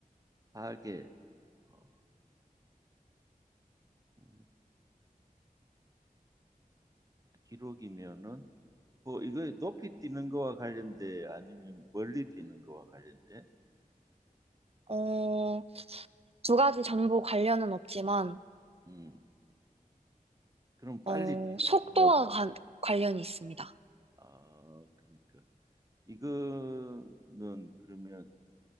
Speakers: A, on the right (about 25°); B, on the right (about 45°).
A: 하게. 어, 음, 기록이면은 뭐 이거 높이 뛰는 거와 관련돼 아니면 멀리 뛰는 거와 관련돼?
B: 어, 두 가지 정보 관련은 없지만
A: 음, 그럼 빨리
B: 어,
A: 뛰는
B: 속도와
A: 거와 관.
B: 관, 관련이 있습니다.
A: 아, 그러니까 이거는 그러면